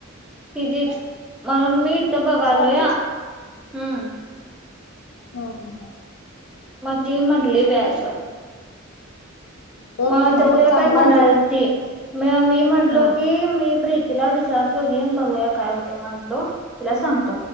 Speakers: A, in the centre; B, on the left.
A: तिजीच म्हणून मी इथं बघालो
B: स्वातीच
A: या हम्म.
B: हं हं हा.
A: मग ती म्हटली बाई असं.
B: बघ
A: मग
B: म्हणा
A: जाऊया
B: चांगला
A: काय म्हणाल
B: आहे जरा
A: ती म मी म्हटलो
B: ह
A: की मी प्री तिला विचारतो घे म बघूया काय होतेज्ञ म्हणलो तुला सां